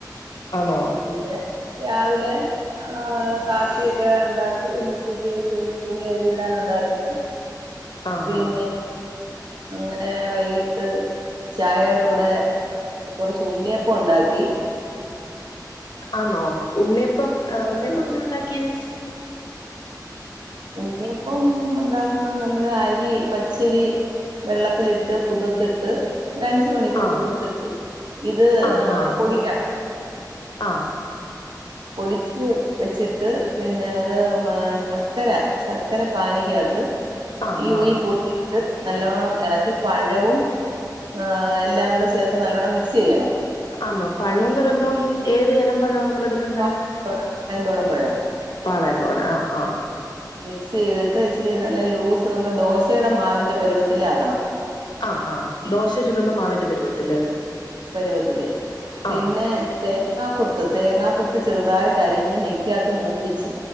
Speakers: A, on the left (about 75°); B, on the right (about 80°).
A: ആന്നോ
B: പിന്നെ രാവിലെ ആഹ് കാപ്പിയൊക്കെ ഒണ്ടാക്കി ഇന്ന് ഉച്ചക്ക് <unintelligible> തുണി കഴുകിയിടാനുണ്ടായിരുന്നു
A: ആഹ്
B: പിന്നെ
A: ആഹ്
B: അങ്ങനെ വൈകിട്ട് ചായേടെ കൂടെ കൊറച്ച് ഉണ്ണിയപ്പം ഉണ്ടാക്കി.
A: ആണോ ഉണ്ണിയ ഇപ്പം ഉണ്ണിയപ്പ
B: ആ,
A: ങ്ങനെ ഉണ്ടാക്കിയേ?
B: ഉണ്ണിയപ്പം ഉണ്ടാക്കുന്ന നമ്മള് അരി പച്ചരി വെള്ളത്തിലിട്ട് പുതർത്തിട്ട് ഒരു അഞ്ച് മണിക്കൂർ
A: ആഹ്
B: കുതിർത്തിട്ട് ഇത്
A: ആഹ് ആഹ്
B: പൊടിക്ക
A: ആഹ്
B: പൊടിച്ച് വെച്ചിട്ട് പിന്നെ അത് മ ശർക്കര ശർക്കര പാനിക്കകത്ത്
A: ആഹ്
B: ഈ യുയി
A: ആഹ്
B: പൊടി ഇട്ട് നല്ലോണം എളക്കി പഴവും ആ എല്ലാം കൂടെ ചേർത്ത് നല്ലോണ്ണം മിക്സ് ചെയ്യണം.
A: ആന്നോ പഴോന്ന് പറയുമ്പം ഏത് എനം പഴാ നമ്മള് എടുക്കേണ്ട
B: കായംതോടൻ പഴം
A: പാളയൻ ടൻ ആഹ് ആഹ്
B: മിക്സ് ചെയ്തിട്ട് ഇച്ചിരി നല്ല ലൂസ് നമ്മടെ ദോശേൻ്റെ മാവിന്റെ പരുവത്തിലാക്കണം.
A: ആഹ് ആഹ് ദോശ ചുടുന്ന മാവിന്റെ പരുവത്തില്.
B: പരുവത്തില് പിന്നെ
A: ആഹ്
B: തേ തേങ്ങാ കൊത്ത് തേങ്ങാ കൊത്ത് ചെറുതായിട്ട് അരിഞ്ഞ് നെയ്ക്കാത്ത് മൂപ്പിച്ച്